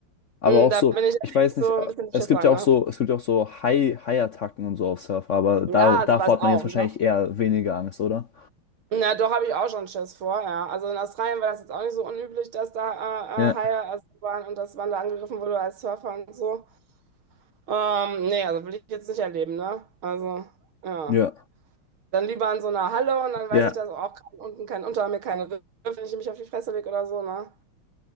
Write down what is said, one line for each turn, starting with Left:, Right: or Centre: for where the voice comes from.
Left: Aber
Right: Und
Left: auch
Right: da
Left: so,
Right: bin ich halt
Left: ich weiß
Right: echt
Left: nicht,
Right: so
Left: äh,
Right: ein bisschen
Left: es
Right: Schisser,
Left: gibt ja
Right: ne?
Left: auch so, es gibt ja auch so Hai, Haiattacken und so auf Surfer, aber
Right: Ja,
Left: da, davor
Right: sowas auch,
Left: hat man jetzt
Right: ne?
Left: wahrscheinlich eher weniger Angst, oder?
Right: Na, doch habe ich auch schon Schiss vor, ja. Also in Australien war das jetzt auch nicht so unüblich, dass da
Left: Ja,
Right: äh, äh, Haie also waren und dass man da angegriffen wurde als Surfer und so. Ähm, nee, also will ich jetzt nicht erleben, ne? Also, ja.
Left: ja,
Right: Dann lieber in so einer Halle und dann weiß
Left: ja,
Right: ich, dass auch kein, unten kein, unter mir keine Riffe, wenn ich mich auf die Fresse lege oder so, ne?